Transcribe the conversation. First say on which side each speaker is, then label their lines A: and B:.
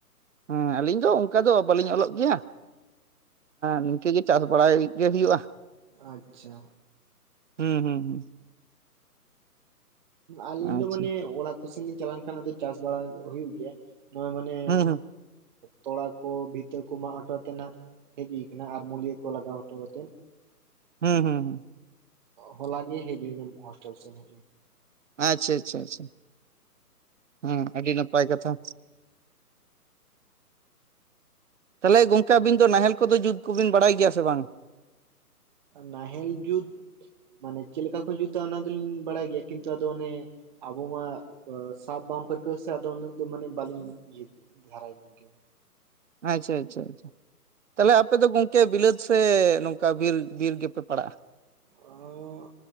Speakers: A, on the right; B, on the right.
A: ᱦᱮᱸ ᱟᱹᱞᱤᱧ ᱫᱚ ᱚᱱᱠᱟ ᱫᱚ ᱵᱟᱹᱞᱤᱧ ᱚᱞᱚᱜ ᱜᱮᱭᱟ ᱱᱤᱝᱠᱟᱹ ᱜᱮ ᱪᱟᱥ ᱵᱟᱲᱟᱭ ᱜᱮ ᱦᱩᱭᱩᱜᱼᱟ᱾
B: ᱟᱪᱪᱷᱟ
A: ᱦᱩᱸ ᱦᱩᱸ ᱦᱩᱸ
B: ᱟᱞᱤᱧ
A: ᱟᱪᱪᱷᱟ
B: ᱫᱚ ᱢᱟᱱᱮ ᱚᱲᱟᱜ ᱠᱚᱥᱮᱫ ᱞᱤᱧ ᱪᱟᱞᱟᱱ ᱠᱷᱟᱱ ᱟ ᱪᱟᱥ ᱵᱟᱲᱟ ᱦᱩᱭᱩᱜ ᱜᱮᱭᱟ᱾ ᱱᱚᱶᱟ ᱢᱟᱱᱮ
A: ᱦᱩᱸ ᱦᱩᱸ
B: ᱛᱚᱲᱟ ᱠᱚ ᱵᱷᱤᱛᱟᱹ ᱠᱚ ᱢᱟᱜ ᱦᱚᱴᱚ ᱣᱟᱛᱮᱱᱟᱜ᱾ ᱟᱫ ᱢᱩᱫᱤᱭᱟᱹ ᱠᱚ ᱞᱟᱜᱟᱣ ᱦᱚᱴᱚ ᱣᱟᱛᱮᱫ
A: ᱦᱩᱸ ᱦᱩᱸ ᱦᱩᱸ
B: ᱦᱚᱞᱟ ᱜᱮ ᱦᱮᱡ ᱦᱩᱭ ᱠᱟᱱᱟ ᱦᱳᱥᱴᱮᱞ ᱥᱮᱱ᱾
A: ᱟᱪᱪᱷᱟ ᱟᱪᱪᱷᱟ ᱪᱷᱟ ᱦᱩᱸ ᱟᱹᱰᱤ ᱱᱟᱯᱟᱭ ᱠᱟᱛᱷᱟ᱾ ᱛᱟᱞᱦᱮ ᱜᱚᱝᱠᱮ ᱟᱵᱤᱱ ᱫᱚ ᱱᱟᱦᱮᱞ ᱠᱚᱫᱚ ᱡᱩᱛ ᱠᱚᱵᱤᱱ ᱵᱟᱲᱟᱭ ᱜᱤᱭᱟ ᱥᱮ ᱵᱟᱝ᱾
B: ᱱᱟᱦᱮᱞ ᱡᱩᱛ ᱢᱟᱱᱮ ᱪᱮᱫ ᱞᱮᱠᱟ ᱠᱩ ᱡᱩᱛᱟ ᱚᱱᱟ ᱫᱚᱞᱤᱧ ᱵᱟᱲᱟᱭ ᱜᱮᱭᱟ ᱠᱤᱱᱛᱩ ᱟᱫᱚ ᱚᱱᱮ ᱟᱵᱚ ᱢᱟ ᱥᱟᱵ ᱵᱟᱝ ᱯᱟᱹᱨᱠᱟᱹᱣ ᱥᱮ ᱟᱫᱚ ᱩᱱᱟᱹᱜ ᱫᱚ ᱢᱟᱱᱮ ᱵᱟᱞᱤᱧ ᱤᱭᱟᱹ ᱫᱷᱟᱨᱟᱭ ᱜᱮᱭᱟ᱾
A: ᱟᱪᱪᱷᱟ ᱟᱪᱪᱷᱟ ᱟᱪᱪᱷᱟ ᱛᱟᱞᱦᱮ ᱟᱯᱮ ᱫᱚ ᱜᱚᱝᱠᱮ ᱵᱤᱞᱟᱹᱛ ᱥᱮ ᱱᱚᱝᱠᱟ ᱵᱤᱨ ᱵᱤᱨ ᱜᱮᱯᱮ ᱯᱟᱲᱟᱜᱼᱟ᱾
B: ᱚ